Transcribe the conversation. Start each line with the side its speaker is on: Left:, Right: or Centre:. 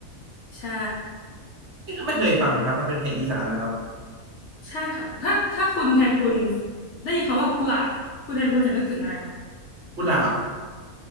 Left: ใช่
Right: นี่ก็ไม่เคยฟังเลยครับมันเป็นเพลงอีสานแล้วครับ
Left: ใช่ค่ะถ้าถ้าคุณแทนคุณได้ยินคำว่ากุหลาบคุณแทนคุณจะนึกถึงอะไรคะ
Right: กุหลาบ